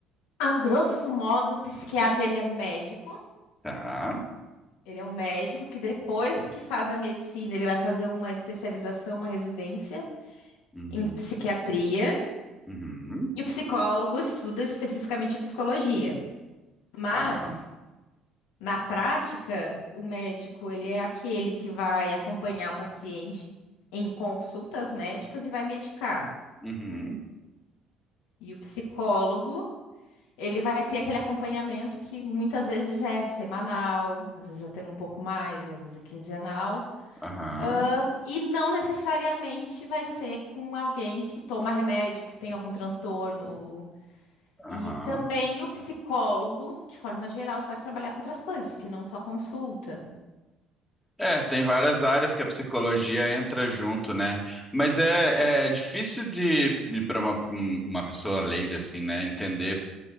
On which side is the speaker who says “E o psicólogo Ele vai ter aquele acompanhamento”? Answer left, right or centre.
Left